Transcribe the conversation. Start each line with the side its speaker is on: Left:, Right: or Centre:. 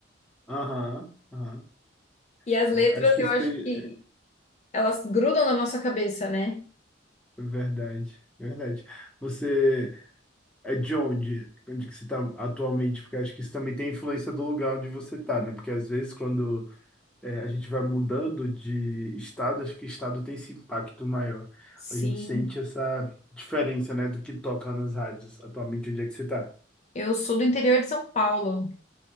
Centre: Aham, aham.
Left: E as
Centre: É,
Left: letras
Centre: acho que
Left: eu
Centre: isso
Left: acho
Centre: tem.
Left: que elas grudam na nossa cabeça, né?
Centre: Verdade, verdade. Você é de onde? Onde que você está atualmente? Porque acho que isso também tem influência do lugar onde você está, né? Porque às vezes quando é, a gente vai mudando de estado, acho que estado tem esse impacto maior.
Left: Sim.
Centre: A gente sente essa diferença, né, do que toca nas rádios. Atualmente, onde é que você tá?
Left: Eu sou do interior de São Paulo.